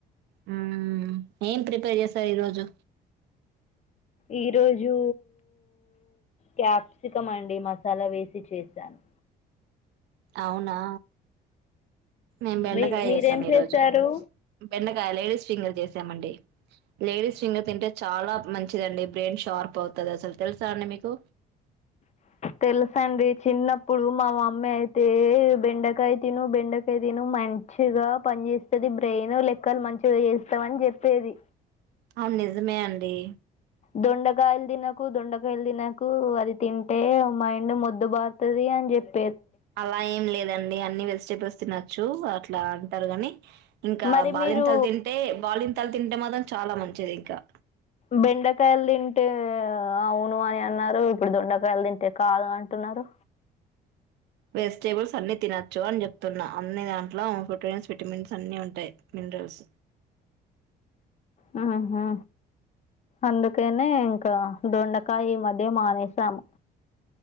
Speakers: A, on the right; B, on the left.
A: హ్మ్ ఏం ప్రిపేర్ చేసారు ఈరోజు
B: ఈ రోజు క్యాప్సికం అండి మసాలా వే ఇది చేశాను
A: అవునా మేం బెండకాయ
B: మీ మీరేం
A: చేసాం ఈ
B: చేశారు
A: రోజు బెండకాయ లేడీస్ ఫింగర్ చేశా తమండి లేడీస్ ఫింగర్ తింటే చాలా మంచిదండి బ్రెయిన్ షార్ప్ అవుతుంది అసలు తెలుసా అండి మీకు
B: తెలుసండి చిన్నపుడు మా మమ్మీ అయితే బెండకాయ తిను బెండకాయ తిను మంచిగా పని చేేస్తది బ్రెయిన్ లెక్కలు మంచిగా చేస్తాము అని చెప్పేది
A: అవును నిజమే అండి
B: దొండకాయలు తినకు దొండకాయలు తినకు అది తింటే మైండ్ మొద్దు బారుతది అని చెప్
A: అలా ఏం లేదండి అన్ని వెజిటబుల్స్ తినొచ్చు అట్లా అంటారు గని ఇంకా
B: మరి
A: బాలింతలు
B: మీరు
A: తింటే బాలింతలు తింటే మాత్రం చాలా మం హెచ్చరిక
B: బెండకాయలు తింటే అవును అని అన్నారు ఇప్పుడు దొండకాయలు తింటే కాదు అంటున్నారు
A: వెజిటేబుల్స్ అన్ని తినొచ్చు అని చెప్తున్నాను అన్ని దాంట్లో ప్రోటీన్స్ విటమిన్స్ అన్ని ఉంటాయి మినరల్స్
B: హ్మ్ హు అందుకనే ఇంకా దొండకాయ మధ్య మానేసాము